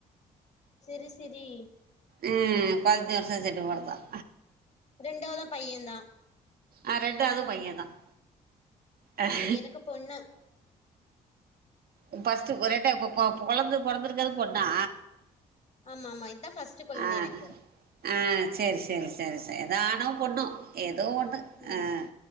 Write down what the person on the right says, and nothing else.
உம் பஞ்ச வருஷம் செட்டு போறந்தான்
ஆ ரெண்டுவதும் பையன் தான் அது
அப்ப டு ஒருட்ட இப்ப இப்ப கொழந்த பிறந்த இருக்கது பொண்ணா
ஆ
ஆ சேரி சேரி சேரி சேரி எத ஆனும் பொண்ணும் எ ஏதோ ஒண்ண
அஹ்